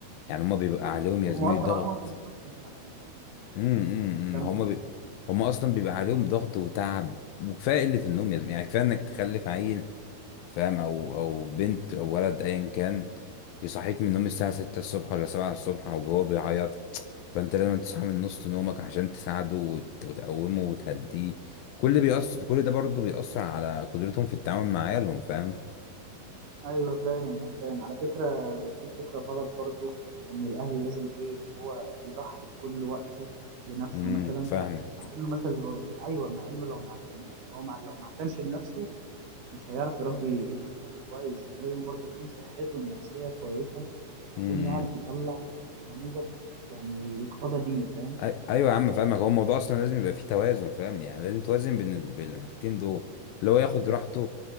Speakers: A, on the left; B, on the right.
A: يعني هما بيبقى عليهم يا
B: هم
A: زميلي
B: اصلا طبعا
A: ضغط
B: هم ممكن يكونوا مش مستحملين
A: امم امم،
B: كم
A: امم. هم بي... هم اصلا بيبقى عليهم ضغط وتعب وكفايه قله النوم يا زميلي يعني كفايه انك تخلف عيل فاهم او او بنت او ولد ايا كان يصحيك من النوم الساعه 6 الصبح ولا 7 الصبح وهو بيعيط فانت لازم تصحى من نص نومك عشان تساعده وت... وتقومه وتهديه كل ده بيأثر كل ده برضه بيأثر على قدرتهم في التعامل مع عيالهم فاهم
B: ايوه فاهم أنا فاهم على فكره وفي فكره غلط برضو ان الاهل لازم ايه اللي هو يضحي بكل وقته لنفسه
A: امم
B: مثلا
A: فاهمك
B: مع انه مثلا هو ايوه مع انه لو ما اعتن يعني هو مع لو ما اعتنش بنفسه مش هيعرف يربي ابنه بشكل كويس يعني لازم برضو يكون صحته النفسيه كويسه عشان
A: امم
B: يعرف يطلع نموذج يعني يقتدى بيه فاهم
A: أي- ايوه يا عم فاهمك هو الموضوع اصلا لازم يبقى فيه توازن فاهم يعني لازم توازن بين ال- بين الحاجتين دول اللي هو ياخد راحته